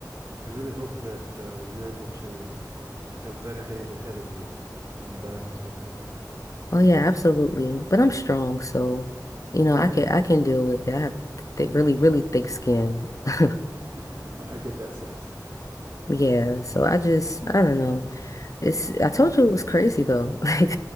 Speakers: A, on the right; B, on the left.
A: I really hope that uh, you're able to uh, have better days ahead of you uh, than the bad ones behind you.
B: Oh yeah, absolutely. But I'm strong, so you know,
A: Yeah,
B: I can I can deal with it. I have th really, really thick skin. <laughs>
A: <laughs> I get that sense.
B: Yeah, so I just I don't know. It's I told you it was crazy though. <laughs> Like